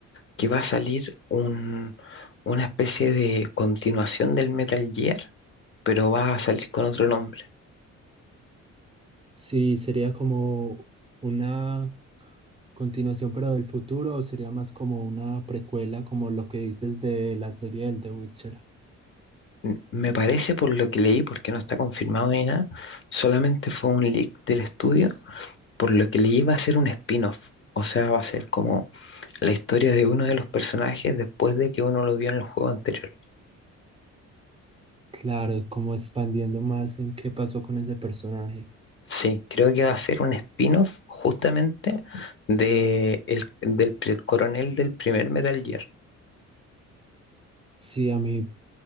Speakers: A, on the left; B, on the right.
A: que va a salir un- una especie de continuación del Metal Gear, pero va a salir con otro nombre.
B: Sí, sería como una continuación, pero del futuro, o sería más como una precuela, como lo que dices de la serie del The Witcher.
A: N- Me parece por lo que leí, porque no está confirmado ni nada, solamente fue un leak del estudio por lo que le iba a hacer un spin-off. O sea, va a ser como la historia de uno de los personajes después de que uno lo vio en el juego anterior.
B: Claro, como expandiendo más en qué pasó con ese personaje.
A: Sí, creo que va a ser un spin-off justamente de el- del pri- coronel del primer Metal Gear.
B: Sí, a mí,